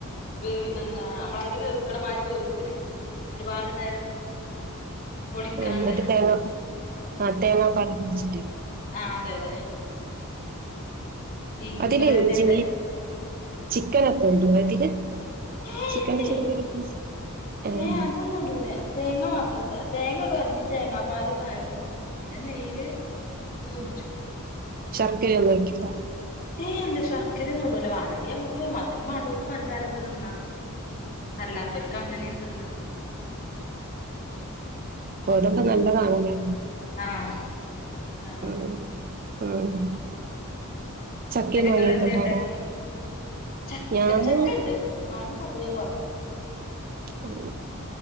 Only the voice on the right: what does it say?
ആ എന്നിട്ട് തേങ്ങാപ്പ ആ തേങ്ങാപ്പല് വച്ചിട്ട്
അതില്
ചി
ചിക്കൻനോക്കെ ഇടുവോ അതില്
ചിക്കന്റെ
ചെറിയ പീസ് ഏഹ്
ചർക്കരയൊന്നും ഓയ്ക്കില്ല
ആ ഗോതമ്പ് നല്ലതാണല്ലേ
ഉം ഉം ചക്കയും
മാങ്ങയൊക്കെ
ഉണ്ടോ
അവിടെ
ഞാന്
ഓ